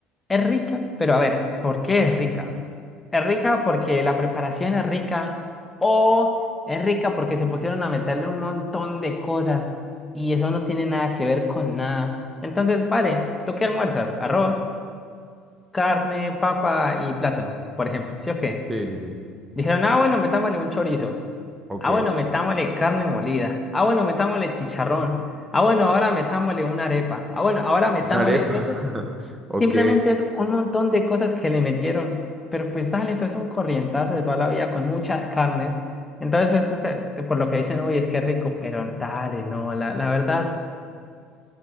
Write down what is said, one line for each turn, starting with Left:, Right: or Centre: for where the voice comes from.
Left: es rica, pero a ver, ¿por qué es rica? Es rica porque la preparación es rica o es rica porque se pusieron a meterle un montón de cosas y eso no tiene nada que ver con nada. Entonces, vale, ¿tú qué almuerzas? Arroz carne, papa y plátano, por ejemplo, ¿sí o qué?
Right: Sí, sí, sí.
Left: Dijeron, ah, bueno, metámosle un chorizo.
Right: Ok,
Left: Ah, bueno, metámosle carne molida. Ah, bueno, metámosle chicharrón. Ah, bueno, ahora metámosle una arepa. Ah, bueno, ahora metámosle.
Right: una arepa.
Left: Entonces,
Right: <laughs> Ok,
Left: simplemente es un montón de cosas que le metieron. Pero pues dale, eso es un corrientazo de toda la vida con muchas carnes. Entonces, eso es el- por lo que dicen, uy, es que rico, pero dale, no, la, la verdad,